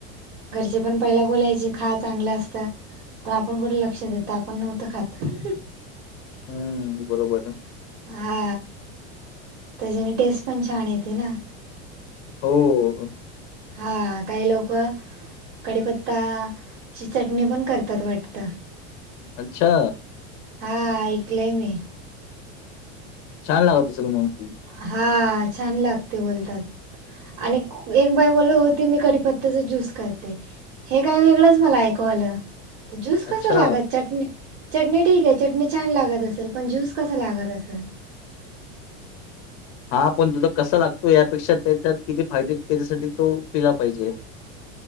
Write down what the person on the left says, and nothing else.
हम्म बरोबर आहे
हो
अच्छा
छान लागत असल मग ती.
अच्छा.
हा पण तुला कसा लागतो यापेक्षा त्याच्यात किती फायदे त्याच्यासाठी तो पिला पाहिजे.